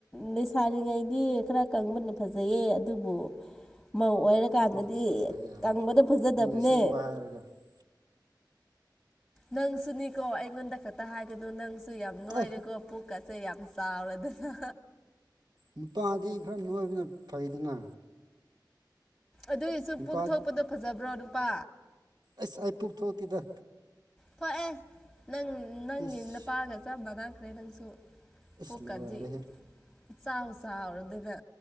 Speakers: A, in the centre; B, on the right (about 65°).
A: ꯂꯩꯁꯥꯔꯤꯉꯩꯒꯤ ꯈꯔ ꯀꯪꯕꯅ ꯐꯖꯩꯌꯦ ꯑꯗꯨꯕꯨ ꯃꯧ ꯑꯣꯏꯔꯀꯥꯟꯗꯗꯤ
B: ꯆꯠꯂꯣꯍꯦ ꯌꯥꯔꯦ
A: ꯀꯪꯕꯗꯣ ꯐꯖꯗꯞꯅꯦ
B: ꯃꯤꯅ <unintelligible>
A: ꯅꯪꯁꯨꯅꯤꯀꯣ ꯑꯩꯉꯣꯟꯗ ꯈꯛꯇ ꯍꯥꯏꯒꯅꯨ ꯅꯪꯁꯨ ꯌꯥꯝ ꯅꯣꯏꯔꯦꯀꯣ
B: ꯑꯦ
A: ꯄꯨꯛꯀꯁꯦ ꯌꯥꯝ ꯆꯥꯎꯔꯗꯅ
B: ꯅꯨꯄꯥꯗꯤ ꯈꯔ ꯅꯣꯏꯕꯅ ꯐꯩꯗꯅ
A: ꯑꯗꯨꯏꯁꯨ
B: ꯅꯨꯄꯥ
A: ꯄꯨꯛ ꯊꯣꯛꯄꯗꯣ ꯐꯖꯕ꯭ꯔꯣ ꯅꯨꯄꯥ
B: ꯑꯁ ꯑꯩ ꯄꯨꯛ ꯊꯣꯛꯇꯦꯗ
A: ꯊꯣꯛꯑꯦ ꯅꯪ ꯅꯪꯒꯤ
B: ꯏꯁ
A: ꯅꯄꯥꯒ ꯆꯞ ꯃꯥꯟꯅꯈ꯭ꯔꯦ ꯅꯪꯁꯨ
B: ꯏꯁ
A: ꯄꯨꯛꯀꯗꯤ
B: ꯂꯣꯏꯔꯦꯍꯦ
A: ꯏꯆꯥꯎ ꯆꯥꯎꯔꯗꯅ